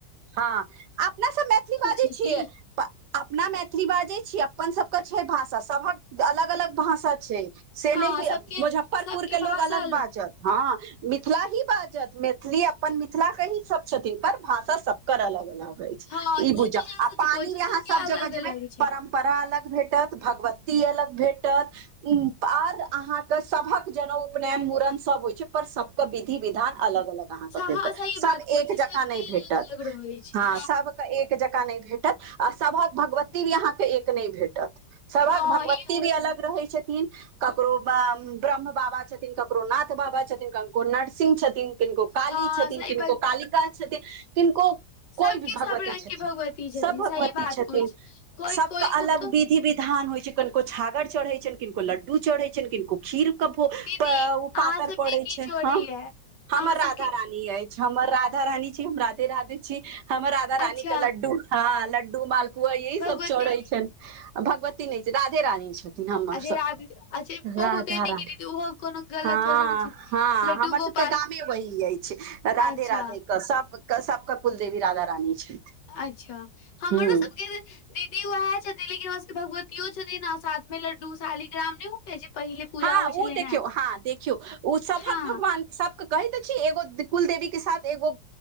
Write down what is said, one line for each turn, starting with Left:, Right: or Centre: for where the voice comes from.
Right: हँ अपना सब मैथिली बाजैय
Left: छै
Right: छियै।
Left: की
Right: आ अपना मैथिली बाजैय छी अपन सबके छै भाषा सबक अलग अलग भाषा छैय। से
Left: हँ
Right: नैय
Left: सबके
Right: मुजफ्फरपुर
Left: सबके
Right: के लोग
Left: भाषा
Right: अलग बाजत हँ। मिथिला ही बाजत मैथिली अपन मिथिला के ही सब छथिन पर भाषा सबकर अलग अलग ऐ।
Left: हँ
Right: ई बुझजौ
Left: चीज
Right: आ
Left: अहाँ सच
Right: पानी
Left: कहै छी सबके
Right: अहाँ सब
Left: अलग
Right: जगह जेबै
Left: अलग छै
Right: परम। पररा अलग भेटत भगवती अलग भेटत। उ आर अहाँके सभक जना उपनयन मुड़न सब होइ छै पर सबके विधि विधान। अलग अलग अहाँके
Left: हँ
Right: भेटत
Left: सही बात
Right: सब
Left: कहै
Right: एक
Left: छी सबके
Right: जकाँ नहि
Left: अलग
Right: भेटत।
Left: अलग रहै छै
Right: हँ सभके एक जकाँ नहि भेटत आ सभक भगवती भी अहाँके एक नहि भेटत। सभक
Left: हँ
Right: भगवती
Left: ई
Right: भी अलग रहै छथिन। ककरो ब्रह्म बाबा छथिन ककरो नाथ बाबा छथि कऽरो नरसिंह छथिन। किनको काली
Left: हँ
Right: छथिन
Left: सही
Right: किनको
Left: बात
Right: कालिका छथिन किनको।
Left: सबके
Right: कोइ भी
Left: सब
Right: भगवती
Left: रंग
Right: छथिन
Left: के भगवती छथिन
Right: सब भगवती
Left: सही बात
Right: छथिन
Left: कोइ कोइ
Right: सबके
Left: कोइ कतौ
Right: अलग विधि विधान होइ छै कन। किनको छागर चढ़ैतनि किनको लड्डू चढ़ैत छनि किनको। खीर के ओ
Left: दीदी अहाँ
Right: पातर
Left: सबके
Right: पड़े
Left: की
Right: छै
Left: चोरी
Right: हऽ
Left: यै
Right: हमर
Left: अहाँ
Right: राधा
Left: सबके
Right: रानी अछि। हमर राधा रानी छी हम राधे राधे छी हमर राधा
Left: अच्छा
Right: रानी के लड्डू हँ लड्डू माल। आ यह
Left: भगवती
Right: सब चड़ै छनि भगवती नहि छै राधे रानी छथि। हमर
Left: अजय
Right: सबके
Left: राध अच्छा बहुते
Right: राधा
Left: नीक
Right: रानी
Left: दीदी ओहो कोनो गलत
Right: हँ
Left: थोड़े ने छै
Right: हँ
Left: लड्डू
Right: हमर
Left: गोपाल
Right: सब। गामे वही अछि राधे
Left: अच्छा
Right: राधे के सबके सबके कुलदेवी राधा रानी छथि।
Left: अच्छा हमरो
Right: हूँ
Left: सबके। दीदी उएह छथिन लेकिन वहाँ सबके भगवतियो छथिन आ साथ में लड्डू साली ग्राम न। जेे पहिले। पूजा
Right: हँ
Left: होइ छलनि
Right: ओ देखियौ
Left: हे
Right: हँ देखियौ ओ सबहक
Left: हँ
Right: भगवान। सबके कहैत ते छी एगो कुलदेवी के साथ एगो